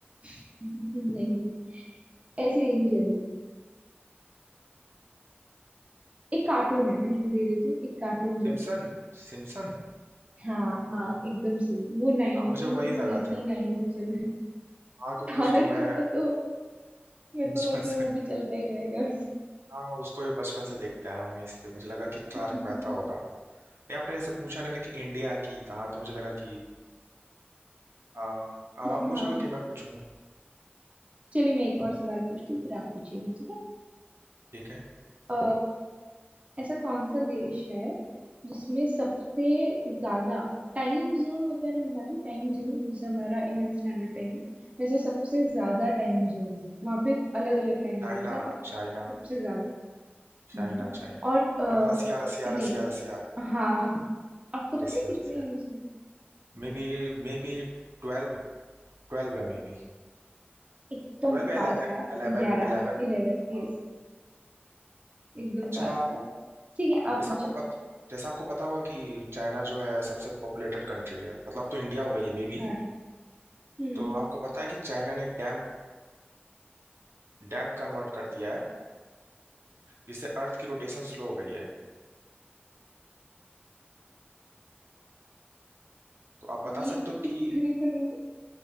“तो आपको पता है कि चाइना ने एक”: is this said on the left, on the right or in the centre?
Right